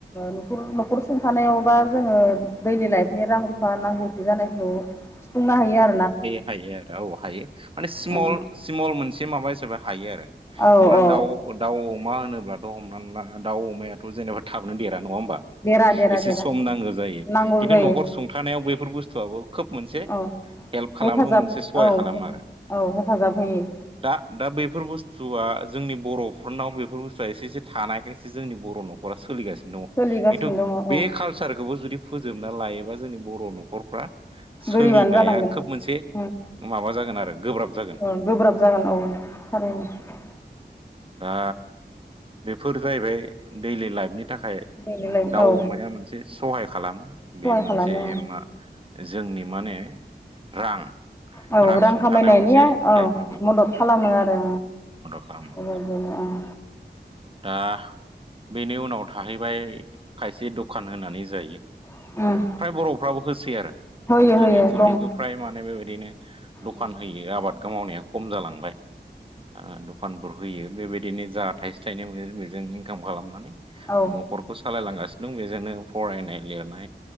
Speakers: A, on the left (about 15°); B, on the right (about 30°).
A: न'खर न'खर सुंथानायाव बा जोङो देइलि लाइफनि रां रुफा नांगौथि जानायखौ सुफुंनो हायो आरो।
B: हायो हायो आरो औ हायो, माने स्मल
A: औ
B: स्मल मोनसे माबा हिसाबै हायो आरो।
A: औ
B: हमना ला
A: औ
B: दाउ दाउ अमा होनोब्लाथ' हमनानै ला दाउ अमायाथ' जेनबा थाबनो देर नङा होनबा?
A: देरा देरा
B: एसे
A: देरा
B: सम नांगौ जायो
A: नांगौ
B: खिन्थु
A: जायो
B: न'खर सुंथानायाव बेैफोर बुस्थुआबो खोब मोनसे
A: औ
B: हेल्प खालामो
A: हेफाजाब
B: मोनसे सहाय
A: औ
B: खालामो आरो।
A: औ हेफाजाब होयो
B: दा दा बेफोर बुस्थु आ जोंनि बर'फोरनाव बेफोर बुस्थुवा एसे एसे थानायखायसो जोंनि बर' न'खरा सलिगासिनो दङ।
A: सोलिगासिनो
B: खिन्थु
A: दङ
B: बे
A: औ
B: कालसारखौबो जुदि फोजोबना लायोबा जोंनि बर' न'खरफ्रा सोलिनाया
A: गोरिबानो जालांगोन।
B: खोब मोनसे माबा जागोन आरो गोब्राब जागोन
A: औ गोब्राब जागोन औ थारैनो। <unintelligible> <inaudible>
B: दा बेफोर जाहैबाय देइलि लाइफनि थाखाय
A: देलाय
B: दाउ
A: औ
B: अमाया मोनसे सहाय खालामो, बे
A: सहाय
B: मोनसे
A: खालामो
B: मा जोंनि माने रां
A: औ रां
B: सुंथानायाव
A: खामायनायनिया
B: एसे
A: औ
B: हेल्प
A: मदद खालामो आ रो
B: खालामो
A: ओं बेबादिनो ओं।
B: दा बेनि उनाव थाहैबाय खायसे दखान होनानै जायो
A: उम
B: फ्राय बर'फ्राबो होसै आरो।
A: होयो
B: जोंनि
A: होयो
B: ओनसोलथिंबो
A: दं
B: फ्राय माने बेबायदिनो दखान
A: उम
B: होयो आबाद मावनाया खम जालांबाय। ओ दखानफोर होयो बेबायदिनो जा थाइसे थाइनै मोनो बेजोंनो इनकाम खालामनानै
A: औ
B: न'खरखौ सालायलांगासिनो दं। बेजोंनो फरायनाय लिरनाय